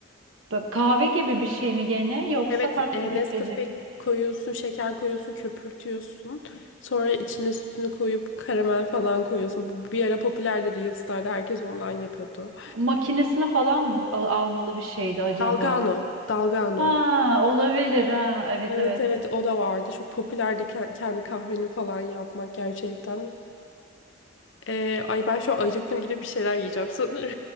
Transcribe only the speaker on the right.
Bak, kahve gibi bir şey mi gene yoksa
farklı
bir
içecek mi?
Makinesini falan mı al- almalı bir şeydi acaba?
Ha olabilir ha evet
evet.